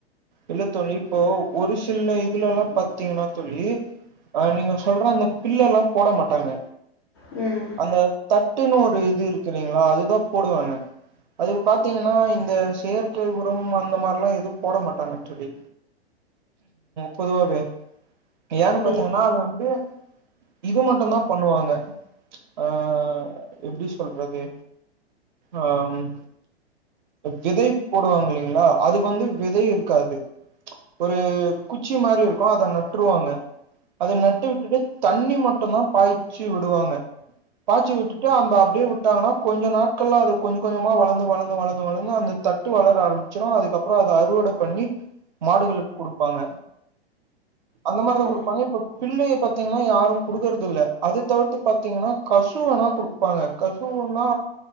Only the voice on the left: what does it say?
ம்
அப்டியா
அப்